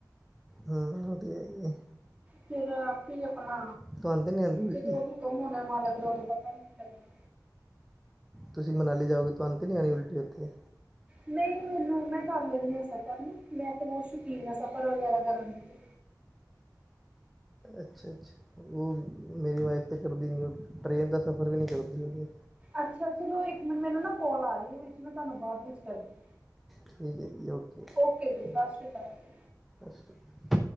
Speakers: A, in the centre; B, on the right.
A: ਹਾਂ ਓਹ ਤੇ ਹੈ ਹੀ ਹੈ।
B: ਫੇਰ ਆਪਣਾ
A: ਤੁਹਾਨੂੰ ਤਾਂ ਨਹੀਂ ਆਉਂਦੀ ਉਲਟੀ
B: ਜਦੋਂ ਹੁਕਮ ਹੋਣਾ ਮਾਲਕ ਦਾ ਉਦੋਂ ਪਤਾ ਵੀ ਨਹੀਂ ਲੱਗਣਾ।
A: ਤੁਸੀਂ ਮਨਾਲੀ ਜਾਓਗੇ ਤੁਹਾਨੂੰ'ਤੇ ਨਹੀਂ ਆ ਰਹੀ ਉਲਟੀ ਓਥੇ
B: ਨਹੀਂ ਮੈਨੂੰ ਮੈਂ ਕਰ ਲੈਂਦੀ ਆ ਸਫ਼ਰ ਮੈਂ ਤੇ ਬਹੁਤ ਸ਼ੌਕੀਨ ਹਾਂ ਸਫ਼ਰ ਵਗੈਰਾ ਕਰਨ ਦੀ ਤੇ।
A: ਅੱਛਾ, ਅੱਛਾ ਓਹ ਮੇਰੀ ਵਾਈਫ ਤਾਂ ਕਰਦੀ ਨਹੀਂ ਟ੍ਰੇਨ ਦਾ ਸਫ਼ਰ ਵੀ ਨਹੀਂ ਕਰਦੀ ਓਹ ਤੇ।
B: ਅੱਛਾ, ਅੱਛਾ ਚਲੋ ਇੱਕ ਮਿੰਟ ਮੈਨੂੰ ਨਾ ਕਾਲ ਆ ਰਹੀ ਹੈ, ਵਿੱਚ ਮੈਂ ਤੁਹਾਨੂੰ ਬਾਅਦ ਵਿੱਚ ਕਰਦੀਆਂ।
A: ਠੀਕ ਹੈ ਜੀ ਓਕੇ।
B: ਓਕੇ ਜੀ ਸਤਿ ਸ਼੍ਰੀ ਅਕਾਲ ਜੀ।
A: ਸਤਿ ਸ੍ਰੀ ਅਕਾਲ।